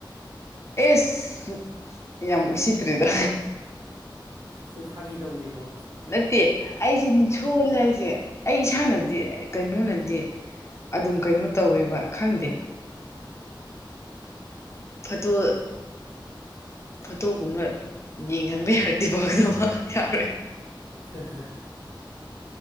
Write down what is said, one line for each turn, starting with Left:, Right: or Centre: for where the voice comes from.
Left: ꯏꯁ ꯌꯥꯝ ꯎꯁꯤꯠꯇ꯭ꯔꯦꯗ
Right: ꯁꯨꯝ ꯐꯥꯒꯤ ꯇꯧꯕꯅꯤꯀꯣ
Left: ꯅꯠꯇꯦ ꯑꯩꯁꯦ ꯁꯣꯜꯂꯦ ꯍꯥꯏꯁꯦ ꯑꯦ ꯑꯩ ꯏꯁꯥꯅꯗꯤ ꯀꯩꯅꯣꯅꯗꯤ ꯑꯗꯨꯝ ꯀꯩꯅꯣ ꯇꯧꯋꯦꯕ ꯈꯪꯗꯦ ꯐꯠꯇꯣ ꯐꯣꯇꯣꯒꯨꯝꯕ ꯌꯦꯡꯍꯟꯕ ꯌꯥꯔꯗꯤ ꯐꯒꯗꯕ ꯌꯥꯔꯣꯏ
Right: ꯍꯥꯍꯥ